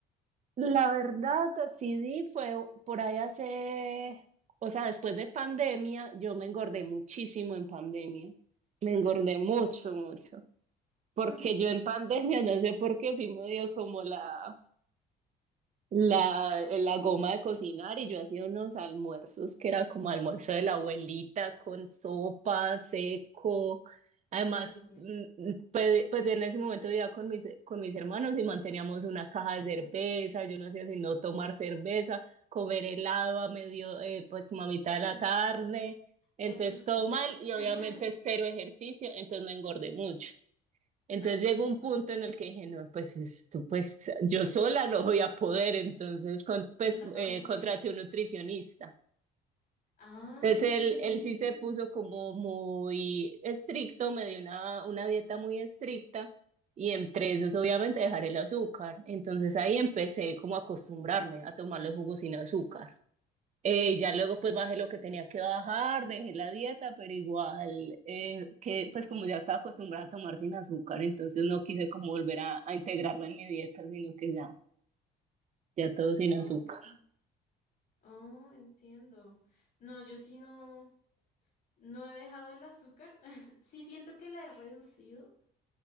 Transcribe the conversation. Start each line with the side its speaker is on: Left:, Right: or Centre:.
Right: la verdad, sí di fue por ahí hace, o sea, después de pandemia, yo me engordé muchísimo en pandemia. Me engordé mucho, mucho. Porque
Left: Mm,
Right: yo en pandemia, <laughs> no sé por qué, sí me dio como la, La, la goma de cocinar y yo hacía unos almuerzos que era como almuerzo de la abuelita con sopa, seco. Además,
Left: Dios mío,
Right: mm, pues, pues en ese momento vivía con mis, con mis hermanos y manteníamos una caja de cerveza, yo no hacía sino tomar cerveza, comer helado a medio, eh, pues como a mitad de la tarde. Entonces
Left: el descontrol.
Right: todo mal y obviamente
Left: <laughs>
Right: cero ejercicio, entonces me engordé mucho. Entonces
Left: Ok,
Right: llegó un punto en el que dije, no, pues, esto, pues yo sola no voy a poder, entonces con- pues
Left: claro.
Right: eh, contraté un nutricionista.
Left: Ah,
Right: Entonces
Left: qué
Right: él,
Left: bien.
Right: él sí se puso como muy estricto, me dio una, una dieta muy estricta y entre esos obviamente dejar el azúcar. Entonces ahí empecé como a acostumbrarme a tomar los jugos sin azúcar. Eh, ya luego pues bajé lo que tenía que bajar, dejé la dieta, pero igual eh, que pues como ya estaba acostumbrada a tomar sin azúcar, entonces no quise como volver a, a integrarla en mi dieta, sino que ya, ya todo sin
Left: Ok.
Right: azúcar.
Left: Oh, entiendo. No, yo sí no. No he dejado el azúcar. <laughs> Sí siento que la he reducido,